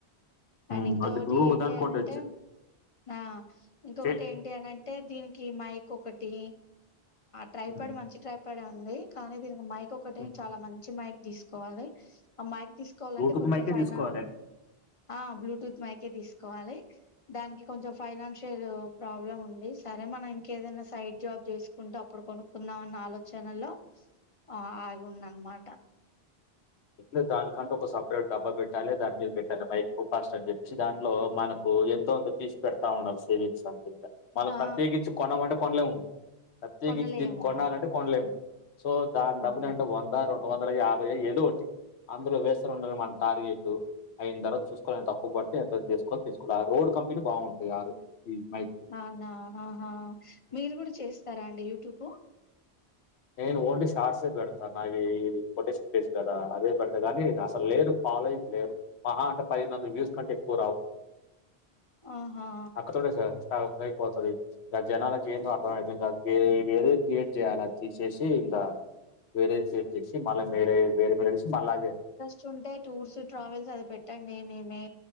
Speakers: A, on the left; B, on the left.
A: హ్మ్.
B: అండ్ ఇంకొకటి
A: అది నువ్వు
B: ఏంటి
A: దానికోటి
B: అనంటే
A: చే
B: ఆ ఇంకొకటి
A: చెయ్.
B: ఏంటి ఏంటి అంటే దీనికి మైక్ ఒకటి ట్రైపేడు
A: హ్మ్.
B: మంచి ట్రై పేడుంది కానీ దీనికి మైక్ ఒకటి
A: హ్మ్.
B: చాలా మంచి మైక్ తీసుకోవాలి ఆ మయ్క తీసుకోవాలంటే
A: బ్లూటూత్
B: కొంచెం
A: మైకే
B: ఫైన
A: దీసుకోవాలె.
B: ఆ బ్లూటూత్ మయ్కే తీసుకోవాలి దానికి కొంచెం ఫైనాన్షియల్ ప్రాబ్లమ్ ఉంది సరే మనం ఇంకేదైనా సైడ్ జాబ్ చేసు కుంటూ అప్పుడు కొనుక్కుందాం అన్న ఆలోచనలో ఆ ఆగి ఉన్న అనమాట
A: లె దానికంటే ఒక సపరేట్ డబ్బా పెట్టాలె దాని మీద్ పెట్టాలె మైక్ ఫస్ట్ అని చెప్పి దాంట్లో మనకు ఎన్ ఎంతో అంత తీస్ పెడతా ఉండాల్ సేవింగ్న్స్ అంతుంద మళ్ళ
B: ఆ
A: ప్రత్యేకించి కొనమంటే కొనలేము ప్రత్యేకించి
B: కొనలేము
A: దీన్ని కొనాలంటే కొనలేము సో దాన్
B: కొనలేము
A: డబ్బుల్ అంటే వంద రెండు వందల యాభై ఏదో ఒకటి అందులో వేస్తను ఉండాలి మన టార్గెటూ అయిన్ దర్వా చూసుకొనింత తక్కువ పడితే ఎంత చేసుకోని తీసుకోవాలి ఆ రోడ్ కంపెనీ బాగుంటాయియారు ఈజ్ మై
B: అనా ఆహా మీరు కూడు చేస్తారా అండి యూట్యూబ్
A: నేను ఓన్లీ షార్ట్సే పెడతాన్ నావీ ఇది కొటేషన్ పేజ్ కదా అదే పెడతా కానీ అసల్ లేరు ఫాలోయింగ్ లేరు మహా అంటే పదిను వల వ్యూస్ కంటే ఎక్కువ రావ్
B: ఆహా
A: అక్క తోడస తవ్ కై పోతది గ జనాలక్ ఏందో అర్థమయ్ అర్ధంగాద్ వే వేరే క్రియేట్ జేయాల తీసేసి ఇంకా వేరే చేప్పి సి మళ్ళా మీరే వేరే మీరేసి మళ్ళదే
B: చుంటే టూర్స్ ట్రావెల్స్ అది పెట్టండి నే మే